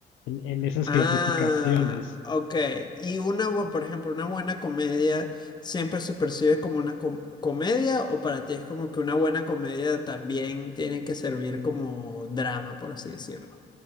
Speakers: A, on the left (about 80°); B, on the left (about 20°).
A: en en esas
B: Ah,
A: clasificaciones.
B: ok. Y una, bu- por ejemplo, una buena comedia siempre se percibe como una com- comedia o para ti es como que una buena comedia también tiene que servir como drama, por así decirlo.